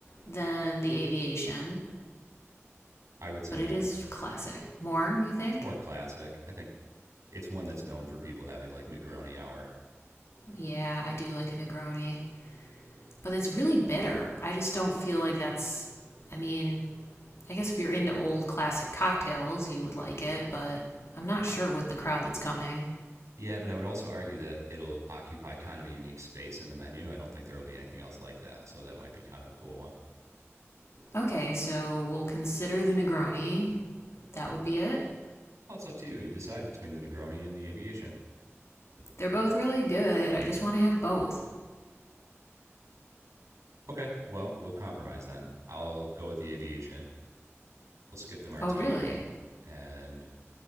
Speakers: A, on the left; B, on the right.
A: than the aviation,
B: I would say
A: but
B: more.
A: it is classic. More, you think?
B: It's more classic. I think it's one that's known for people having like Negroni hour.
A: Yeah, I do like a Negroni, but it's really bitter. I just don't feel like that's I mean, I guess if you're into old classic cocktails, you would like it, but I'm not sure
B: I,
A: with the crowd that's coming.
B: yeah, but I would also argue that it'll occupy kind of a unique space in the menu. I don't think there will be anything else like that, so that might be kind of a cool one.
A: Okay, so we'll consider the Negroni. That would be it.
B: Well, it's up to you. You decide between the Negroni and the Aviation.
A: They're both really good. I just want to have both.
B: Okay, well, we'll compromise then. I'll go with the Aviation. We'll skip the martini
A: Oh, really?
B: and